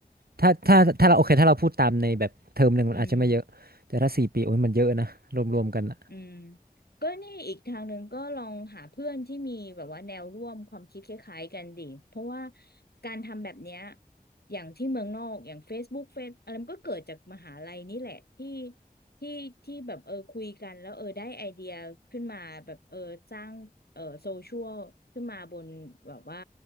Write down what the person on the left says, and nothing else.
อืม อืมก็นี่อีกทางหนึ่งก็ลองหาเพื่อนที่มีแบบว่าแนวร่วมความคิดคล้ายๆกันดิเพราะว่าการทำแบบเนี้ยอย่างที่เมืองนอกอย่าง Facebook เฟซอะไรมันก็เกิดจากมหาลัยนี่แหละที่ที่ที่แบบเออคุยกันแล้วเออได้ไอเดียขึ้นมาแบบเออสร้างเออโซเชียลขึ้นมาบนแบบว่า